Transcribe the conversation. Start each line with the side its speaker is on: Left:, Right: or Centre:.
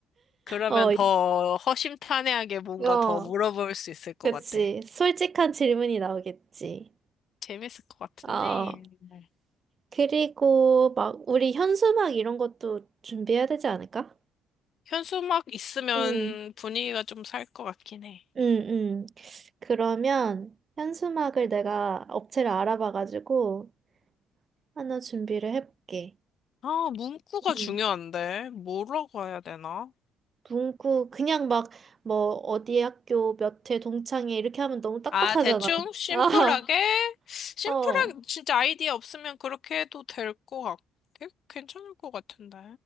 Left: 그러면
Right: 어,
Left: 더 허심탄회하게 뭔가
Right: 어,
Left: 더 물어볼 수 있을 것
Right: 그치.
Left: 같아.
Right: 솔직한 질문이 나오겠지.
Left: 재밌을 것 같은데.
Right: 어.
Left: 네.
Right: 그리고 막 우리 현수막 이런 것도 준비해야 되지 않을까?
Left: 현수막 있으면
Right: 음,
Left: 분위기가 좀 살 것 같긴 해.
Right: 음, 음. 그러면 현수막을 내가 업체를 알아봐가지고 하나 준비를 해볼게.
Left: 아, 문구가
Right: 음.
Left: 중요한데. 뭐라고 해야 되나?
Right: 문구 그냥 막 뭐 어디 학교 몇 회 동창회 이렇게 하면 너무 딱딱하잖아.
Left: 아, 대충 심플하게,
Right: 아, <laughs>
Left: 심플하게,
Right: 어, 어,
Left: 진짜 아이디어 없으면 그렇게 해도 될 것 같, 되- 괜찮을 것 같은데.